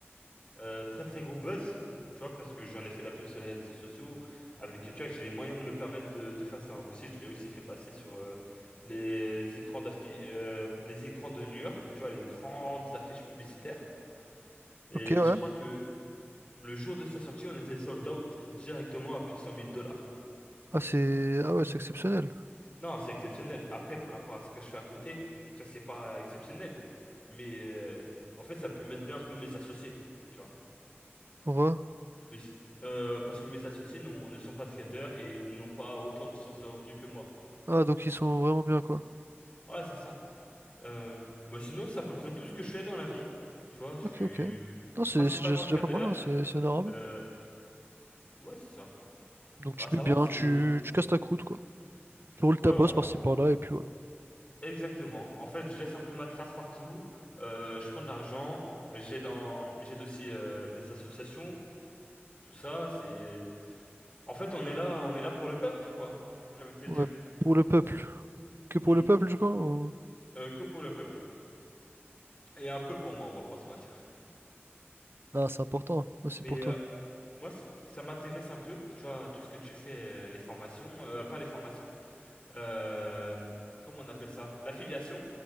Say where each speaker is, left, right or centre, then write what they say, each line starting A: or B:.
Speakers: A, on the left (about 30°); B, on the right (about 60°).
A: Euh, très très gros buzz, tu vois, parce que j'en ai fait de la pub sur les réseaux sociaux, avec, tu vois, j'ai les moyens de me permettre de, de faire ça. Aussi, je l'ai aussi fait passer sur euh, les écrans d'affi- euh, les écrans de New York, tu vois, les grandes affiches publicitaires. Et
B: Ok, ouais.
A: je crois que le jour de sa sortie, on était sold out directement à plus de 100 000 dollars.
B: Ah, c'est. Ah, ouais, c'est exceptionnel.
A: Non, c'est exceptionnel. Après, par rapport à ce que je fais à côté, ça c'est pas exceptionnel. Mais euh, en fait, ça a pu mettre bien un peu mes associés, tu vois.
B: Ouais.
A: Mais si- euh, parce que mes associés n'ont- ne sont pas traders et n'ont pas autant de sources de revenus que moi.
B: Ah, donc ils sont vraiment bien, quoi.
A: Ouais, c'est ça. Euh, mais sinon, c'est à peu près tout ce que je fais dans la vie. Tu vois, je
B: Ok,
A: suis
B: ok. Non, c'est
A: principalement
B: c'est déjà, c'est
A: trader.
B: déjà pas mal, hein, C'est c'est honorable.
A: Euh, ouais, c'est ça.
B: Donc tu
A: Bah,
B: te
A: ça
B: mets bien,
A: va, c'est...
B: tu, tu casses ta croûte, quoi. Tu roules
A: Ouais,
B: ta bosse
A: on...
B: par-ci par-là, et puis voilà.
A: Exactement. En fait, je laisse un peu ma trace partout. Euh, je prends de l'argent. J'aide dans... j'aide aussi euh, les associations. Tout ça, c'est... En fait, on est là, on est là pour le peuple, quoi. J'ai envie de te dire.
B: Ouais. Pour le peuple. Que pour
A: Mm.
B: le peuple, du coup? ou-
A: Euh, que pour le peuple. Et un peu pour moi, on va pas se mentir.
B: Non, c'est important. Aussi
A: Mais
B: pour toi.
A: euh, moi, c- ça m'intéresse un peu, tu vois, tout ce que tu fais, euh, les formations, euh, pas les formations, euh, comment on appelle ça? L'affiliation,